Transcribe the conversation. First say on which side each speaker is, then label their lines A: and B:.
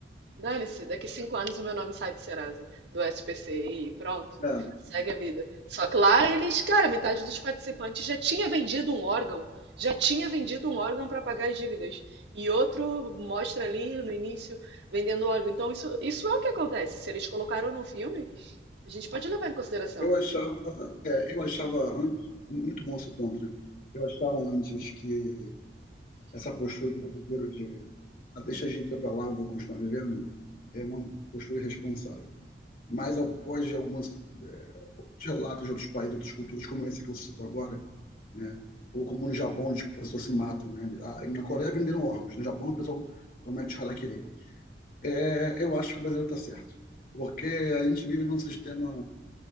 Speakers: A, on the right; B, on the left.
A: Dane-se, daqui cinco anos o meu nome sai do Serasa, do SPC e pronto,
B: É.
A: segue a vida. Só que lá eles, cara, metade dos participantes já tinha vendido um órgão, já tinha vendido um órgão para pagar as dívidas. E outro mostra ali no início vendendo órgão. Então isso, isso é o que acontece. Se eles colocaram no filme, a gente pode levar em consideração.
B: Eu achava, é, eu achava antes, muito bom seu ponto, né? Eu achava antes que essa postura do brasileiro de ah, deixa a gente ir para lá, eu vou continuar vivendo, é uma postura irresponsável. Mas após de alguns é, outros relatos de outros países, de outras culturas, como esse que você citou agora, né? Ou como no Japão, onde as pessoas se matam, né? Ah, Na Coreia venderam órgãos, no Japão o pessoal comete harakiri. É, eu acho que o brasileiro está certo, porque a gente vive num sistema